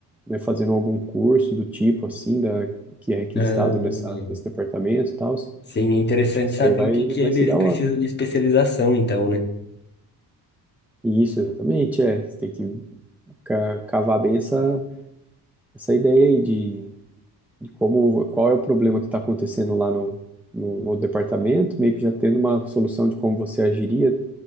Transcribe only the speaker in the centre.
né, fazendo algum curso do tipo assim, da que é requisitado
nessa nesse departamento, tal. Acho
que isso
aí vai
vai
ser da
hora.
E Isso, exatamente, é. Você tem que ca- cavar bem essa essa ideia aí de, de como, qual é o problema que está acontecendo lá no, no, no departamento, meio que já tendo uma solução de como você agiria,